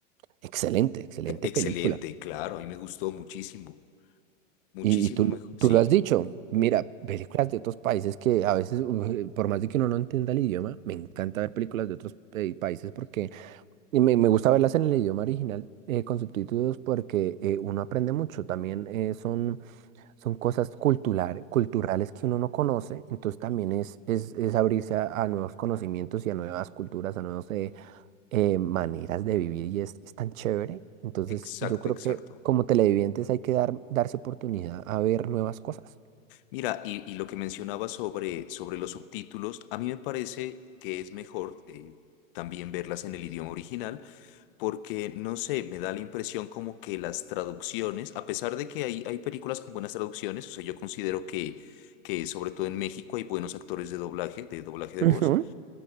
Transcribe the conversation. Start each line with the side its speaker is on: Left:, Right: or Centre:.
Right: excelente, excelente
Left: <laughs> Excelente,
Right: película.
Left: claro, a mí me gustó muchísimo, muchísimo
Right: Y, y tú,
Left: mejor. Sí,
Right: tú lo has dicho, mira, películas de otros países que a veces, uh, por más de que uno no entienda el idioma, me encanta ver películas de otros eh, países porque Y me, me gusta verlas en el idioma original eh, con subtítulos porque eh, uno aprende mucho. También eh, son, son cosas cultural- culturales que uno no conoce. Entonces también es, es, es abrirse a, a nuevos conocimientos y a nuevas culturas, a nuevas eh, eh, maneras de vivir. Y es, es tan chévere. Entonces
Left: exacto,
Right: yo creo
Left: exacto.
Right: que como televidentes hay que dar, darse oportunidad a ver nuevas cosas.
Left: Mira, y, y lo que mencionaba sobre, sobre los subtítulos, a mí me parece que es mejor eh, también verlas en el idioma original porque no sé, me da la impresión como que las traducciones, a pesar de que hay, hay películas con buenas traducciones, o sea, yo considero que, que sobre todo en México hay buenos actores de doblaje, de doblaje de
Right: Ujú.
Left: voz